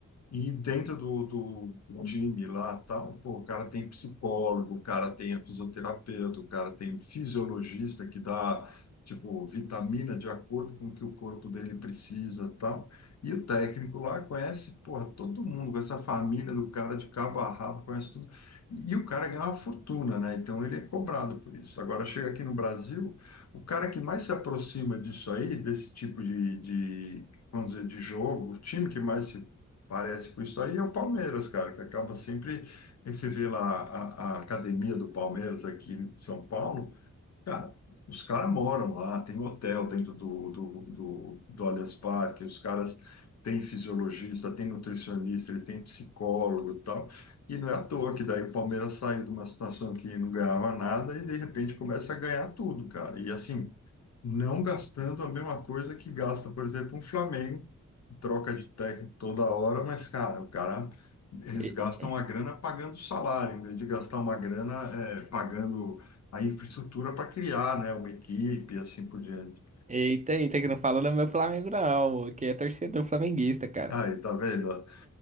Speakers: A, on the left; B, on the right.
A: E dentro do, do, do time lá, tal, pô, o cara tem psicólogo, o cara tem fisioterapeuta, o cara tem fisiologista que dá, tipo, vitamina de acordo com o que o corpo dele precisa, tal. E o técnico lá conhece, porra, todo mundo, conhece a família do cara de cabo a rabo, conhece tudo. E, e o cara ganha uma fortuna, né? Então ele é cobrado por isso. Agora, chega aqui no Brasil, o cara que mais se aproxima disso aí, desse tipo de, de vamos dizer, de jogo, o time que mais se Parece com isso aí é o Palmeiras, cara, que acaba sempre. aí Você vê lá a, a academia do Palmeiras aqui em São Paulo, cara, os caras moram lá, tem hotel dentro do, do, do, do Allianz Parque, os caras têm fisiologista, têm nutricionista, eles têm psicólogo e tal. E não é à toa que daí o Palmeiras saiu de uma situação que não ganhava nada e de repente começa a ganhar tudo, cara. E assim, não gastando a mesma coisa que gasta, por exemplo, um Flamengo troca de técnico toda hora, mas, cara, o cara, eles
B: E-
A: gastam uma grana pagando salário, em vez de gastar uma grana é, pagando a infraestrutura para criar, né, uma equipe e assim por diante.
B: Eita, eita, que não fala do meu Flamengo não, que é torcedor flamenguista, cara.
A: Aí, tá vendo? ó?